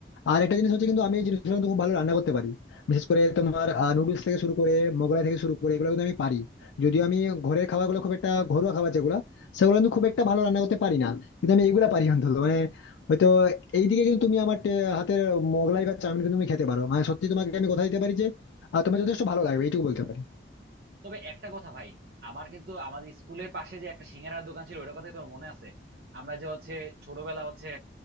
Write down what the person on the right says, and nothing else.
তবে একটা কথা ভাই আমার কিন্তু আমাদের স্কুলের পাশে যে একটা সিঙ্গারার দোকান ছিল ওটার কথাই তোর মনে আছে আমরা যে হচ্ছে ছোটবেলা হচ্ছে